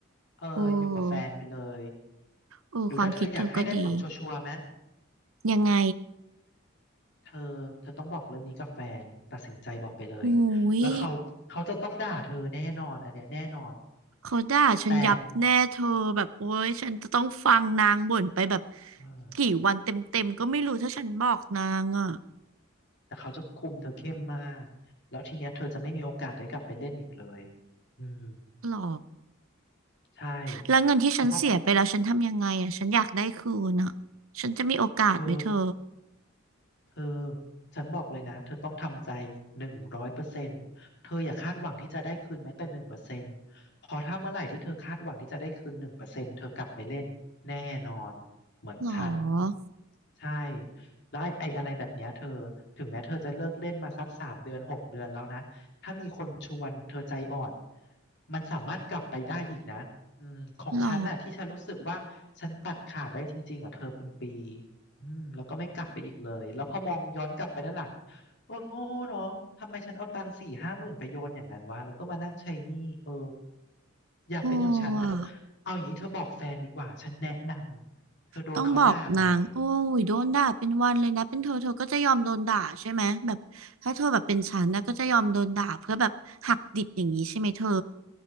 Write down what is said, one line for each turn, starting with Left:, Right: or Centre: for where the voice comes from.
Left: เอออยู่กับแฟนไปเลย
Right: โอ้โอ้ความคิดเธอก็ดี
Left: หรือถ้าเธออยากให้ได้ผลชัวร์ๆไหม
Right: ยังไง
Left: เธอเธอต้องบอกเรื่องนี้กับแฟนตัดสินใจบอกไปเลย
Right: อุ้
Left: แล้วเขาเขาจะต้องด่าเธอแน่นอนอันเนี้ยแน่นอน
Right: ย เขาด่าฉันยับแน่เธอแบบโอ๊ยฉันจะต้องฟังนางบ่นไปแบบ
Left: แต่เออ
Right: กี่วันเต็มๆก็ไม่รู้ถ้าฉันบอกนางอ่ะ
Left: แต่เขาจะคุมเธอเข้มมาก แล้วทีเนี้ยเธอจะไม่มีโอกาสได้กลับไปเล่นอีกเลยอืม
Right: หรอ
Left: ใช่
Right: แล้วเงินที่ฉันเสียไปแล้วฉันทำยังไงอ่ะฉันอยากได้คืนอ่ะ
Left: ฉันว่า
Right: ฉันจะมีโอกาสไหมเธอ
Left: เธอ เธอฉันบอกเลยนะเธอต้องทำใจหนึ่งร้อยเปอร์เซ็นต์เธออย่าคาดหวังที่จะได้คืนแม้แต่หนึ่งเปอร์เซ็นต์พอถ้าเมื่อไหร่ที่เธอคาดหวังที่จะได้คืนหนึ่งเปอร์เซ็นต์เธอกลับไปเล่นแน่นอนเหมือนฉัน
Right: หรอ
Left: ใช่แล้วไอ้ไอ้อะไรแบบเนี้ยเธอถึงแม้เธอจะเลิกเล่นมาสักสามเดือนหกเดือนแล้วนะถ้ามีคนชวนเธอใจอ่อนมันสามารถกลับไปได้อีกนะอืมของฉันน่ะที่ฉันรู้สึกว่าฉันตัดขาดได้จริงๆอ่ะเธอเป็นปี
Right: หรอ
Left: อืมแล้วก็ไม่กลับไปอีกเลย แล้วพอมองย้อนกลับไปด้านหลังเออโง่เนาะทำไมฉันเอาตังค์สี่ห้าหมื่นไปโยนอย่างนั้นวะแล้วก็มานั่งใช้หนี้เอออย่าเป็นอย่างฉันเธอ
Right: โอ้อะ
Left: เอาอย่างนี้เธอบอกแฟนดีกว่าฉันแนะนำเธอโดนเขาด่าหน่อย
Right: ต้องบอกนางโอ้ยโดนด่าเป็นวันเลยนะเป็นเธอเธอก็จะยอมโดนด่าใช่ไหมแบบถ้าเธอแบบเป็นฉันนะก็จะยอมโดนด่าเพื่อแบบหักดิบอย่างนี้ใช่ไหมเธอ